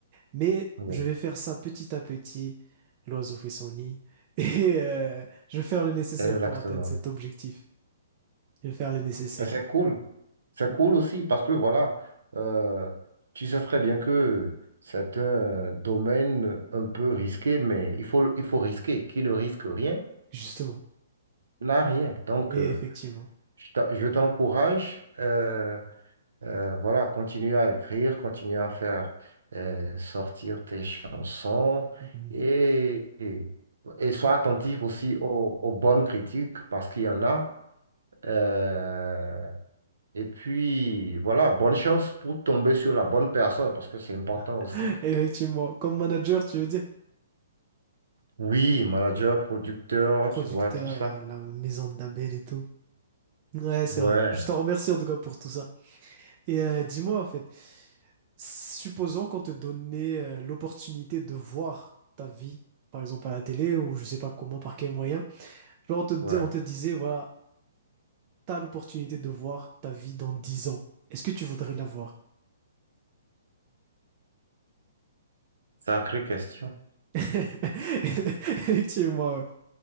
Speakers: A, on the right; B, on the right.
A: Mais
B: oui,
A: je vais faire ça petit à petit. L'oiseau fait son nid. <laughs> Et euh, je vais faire le nécessaire
B: exactement.
A: pour atteindre cet objectif. Je vais faire le nécessaire.
B: Ben, c'est cool. C'est
A: Ouais,
B: cool aussi parce que voilà, euh, tu sais très bien que c'est un domaine un peu risqué, mais il faut, il faut risquer. Qui ne risque rien
A: justement.
B: n'a rien. Donc,
A: Et
B: euh,
A: effectivement.
B: je t'en- je t'encourage, euh, euh, voilà, continue à écrire, continue à faire euh, sortir tes chansons
A: Mhm.
B: et, et, et sois attentif aussi aux, aux bonnes critiques parce qu'il y en a. Euh, Et puis, voilà, bonne chance pour tomber sur la bonne personne parce que c'est important
A: <laughs>
B: aussi.
A: Effectivement. Comme manager, tu veux dire?
B: Oui, manager, producteur,
A: Producteur,
B: tu vois, tout ça.
A: euh, la maison de label et tout. Ouais, c'est
B: Ouais,
A: vrai. Je t'en remercie en tout cas pour tout ça. Et euh, dis-moi, en fait, supposons qu'on te donnait euh, l'opportunité de voir ta vie, par exemple à la télé ou je sais pas comment, par quel moyen. Genre, on te, di-
B: ouais.
A: on te disait, voilà. t'as l'opportunité de voir ta vie dans 10 ans. Est-ce que tu voudrais la voir?
B: Sacrée question.
A: <laughs> Effectivement, ouais.